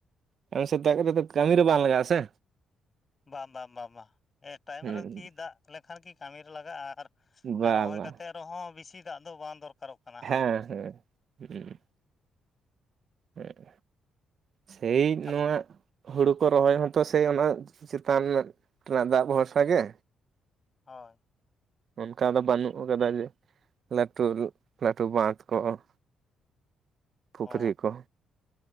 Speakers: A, on the right (about 55°); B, on the left (about 35°).
A: ᱟ ᱥᱮ ᱱᱟᱥᱮ ᱫᱟᱜ ᱠᱟᱛᱜ ᱫᱚ ᱠᱟᱹᱢᱤ ᱨᱮ ᱵᱟᱝ ᱞᱟᱜᱟᱜ ᱟ ᱥᱮ
B: ᱵᱟᱝ ᱵᱟᱝ ᱵᱟᱝ ᱴᱟᱭᱤᱢ
A: ᱦᱩᱸ
B: ᱨᱮᱠᱤ ᱫᱟᱜ ᱞᱮᱠᱷᱟᱱ ᱠᱤ ᱠᱟᱹᱢᱤᱨᱮ ᱞᱟᱜᱟᱜᱼᱟ ᱟᱨ
A: ᱵᱟ
B: ᱨᱚᱦᱚᱭ
A: ᱵᱟ
B: ᱠᱟᱛᱮᱫ ᱨᱮᱦᱚᱸ ᱵᱤᱥᱤ ᱫᱟᱜ ᱫᱚ ᱵᱟᱝ ᱫᱚᱨᱠᱟᱨᱚᱜ ᱠᱟᱱᱟ
A: ᱦᱮᱸ
B: ᱦᱟᱸᱜ
A: ᱦᱮᱸ ᱦᱮᱸ ᱦᱮᱸ ᱥᱮᱭ
B: ᱟᱫᱚ
A: ᱱᱚᱣᱟ ᱦᱩᱲᱩ ᱠᱚ ᱨᱚᱦᱚᱭ ᱦᱚᱸ ᱛᱚ ᱥᱮᱭ ᱚᱱᱟ ᱪᱮᱛᱟᱱ ᱨᱮᱱᱟᱜ ᱫᱟᱜ ᱵᱷᱚᱨᱥᱟ ᱜᱮ
B: ᱦᱳᱭ
A: ᱚᱱᱠᱟ ᱫᱚ ᱵᱟᱹᱱᱩᱜ ᱠᱟᱫᱟ ᱡᱮ ᱞᱟᱹᱴᱩ ᱞᱟᱹᱴᱩ ᱵᱟᱸᱫᱷ ᱠᱚᱦᱚᱸ ᱯᱩᱠᱷᱨᱤ
B: ᱚ
A: ᱠᱚ